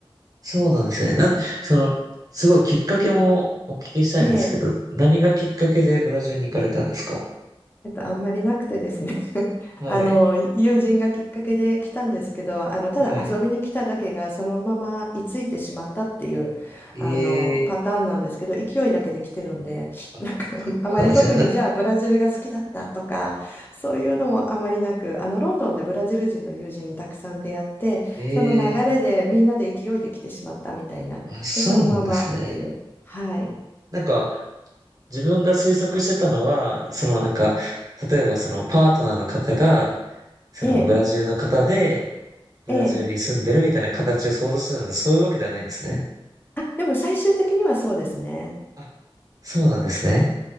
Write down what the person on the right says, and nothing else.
そうなんですね。なん、その、すごいきっかけもお聞きしたいんですけど、
何がきっかけでブラジルに行かれたんですか
はい。
はい。ええ、
あ、
そうなんですね。
な、えあ、そうなんですね。なんか、自分が推測してたのは、そのなんか、例えばそのパートナーの方が、そのブラジルの方で、
ブラジルに住んでるみたいな形を想像してたので、
そういうわけではないんですね。
あ、そうなんですね。